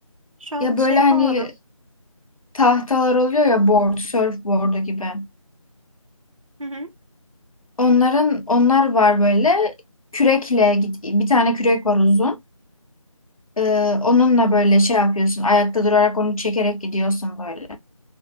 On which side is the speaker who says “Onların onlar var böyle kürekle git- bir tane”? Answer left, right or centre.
Left